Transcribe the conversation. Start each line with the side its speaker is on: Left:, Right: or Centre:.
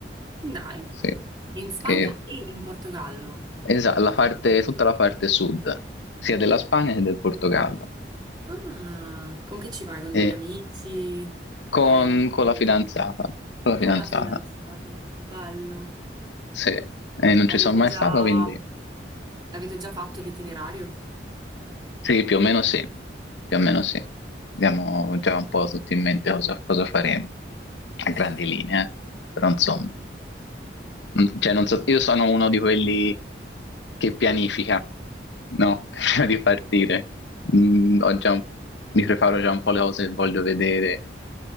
Right: dai,
Left: sì.
Right: in Spagna
Left: Che,
Right: e in Portogallo.
Left: esa- la parte- tutta la parte sud, sia della Spagna che del Portogallo.
Right: Ah, con chi ci vai? Con
Left: E
Right: degli amici,
Left: con,
Right: parenti,
Left: con la fidanzata, con la fidanzata,
Right: con la fidanzata. Bello.
Left: sì. E non
Right: Avete
Left: ci sono mai
Right: già,
Left: stato, quindi
Right: avete già fatto l'itinerario?
Left: sì, più o meno sì, più o meno sì. Abbiamo già un po' tutti in mente cosa, cosa faremo, a
Right: <laughs>
Left: grandi linee, eh. Però insomma. Mm, Cioè, non so, io sono uno di quelli che pianifica, no? <laughs> Prima di partire. Mm, ho già un- mi preparo già un po' le cose che voglio vedere,